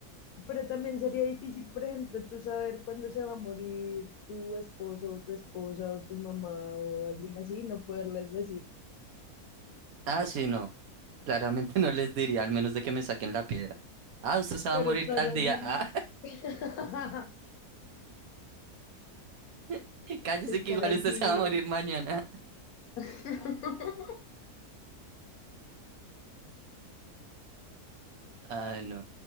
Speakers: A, on the left (about 75°); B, on the right (about 70°).
A: Pero también sería difícil, por ejemplo, tú saber cuándo se va a morir tu esposo o tu esposa o tu mamá o alguien así, no poderles decir,
B: Ah, sí, no. Claramente <laughs> no les diría, al menos de que me saquen la piedra. Ah, usted se va
A: pero
B: a morir
A: estás
B: tal
A: así.
B: día. Ah,
A: <laughs>
B: <laughs> cállese
A: Estar
B: que igual
A: así.
B: usted se va a morir mañana.
A: <laughs>
B: Ah, no.